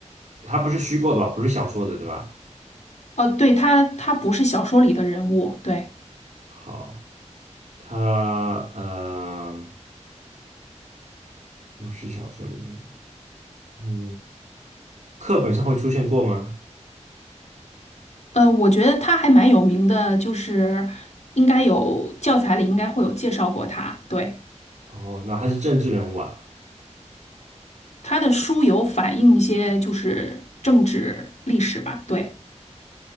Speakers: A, on the right; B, on the left.
A: 他不是虚构的吧？不是小说的，对吧？
B: 哦，对，他他不是小说里的人物，对，
A: 好。他呃，不是小说里面的，嗯，课本上会出现过吗？
B: 呃，我觉得他还蛮有名的，就是应该有教材里应该会有介绍过他，对，
A: 哦，那他是政治人物啊，
B: 他的书有反映一些就是政治历史吧，对